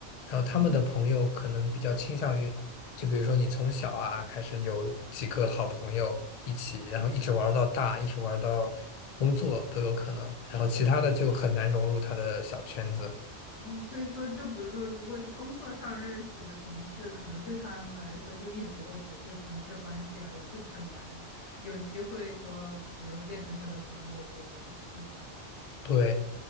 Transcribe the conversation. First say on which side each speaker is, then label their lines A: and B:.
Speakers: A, on the left; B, on the left.
A: 然后他们的朋友可能比较倾向于，
B: 哦，
A: 就比如说你从小啊开始有几个好朋友一起，然后一直玩儿到大，一直玩儿到工作都有可能，然后其他的就很难融入他的小圈子。
B: 哦，所以说，就比如说，如果是工作上认识的同事，可能对他们来说就一直都只是同事关系而已，就很难有机会说，比如变成他的朋友这样，是吗？
A: 对，